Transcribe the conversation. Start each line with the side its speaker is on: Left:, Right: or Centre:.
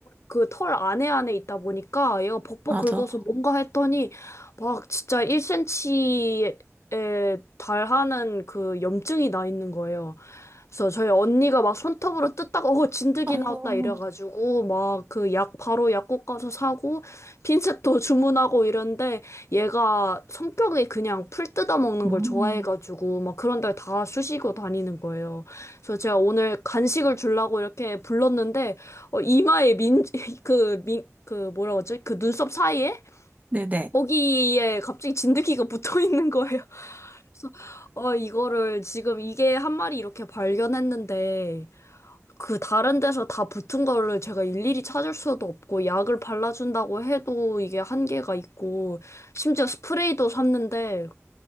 Left: 그 털 안에 안에 있다 보니까 얘가 벅벅
Right: 맞아.
Left: 긁어서 뭔가 했더니 막 진짜 1cm에 달하는 그 염증이 나 있는 거예요. 그래서 저희 언니가 막 손톱으로 뜯다가 어 진드기
Right: 아이고.
Left: 나왔다 이래가지고 막 그 약 바로 약국 가서 사고 핀셋도 <laughs> 주문하고 이런데 얘가 성격이 그냥 풀 뜯어 먹는
Right: 음,
Left: 걸 좋아해가지고 막 그런 데다 쑤시고 다니는 거예요. 그래서 제가 오늘 간식을 주려고 이렇게 불렀는데 어, 이마에 민그민그 뭐라고 하지 <laughs> 그 뭐라 그러지? 그 눈썹 사이에
Right: 네네.
Left: 거기에 갑자기 진드기가 <laughs> 붙어 있는 거예요. 그래서 어 이거를 지금 이게 한 마리 이렇게 발견했는데 그 다른 데서 다 붙은 거를 제가 일일이 찾을 수도 없고 약을 발라준다고 해도 이게 한계가 있고 심지어 스프레이도 샀는데